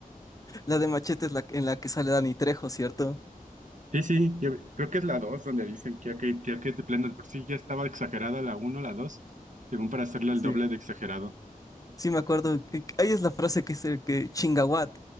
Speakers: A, on the left (about 25°); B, on the right (about 60°).
A: la de Machete es la en la que sale Danny Trejo, ¿cierto?
B: Sí, sí, yo creo que es la 2 donde dicen que ya que, que, ya que de plano de por sí ya estaba exagerada la uno, la 2, según para hacerla el
A: Sí.
B: doble de exagerado.
A: Sí, me acuerdo. Eh, Ahí es la frase que dice que chinga what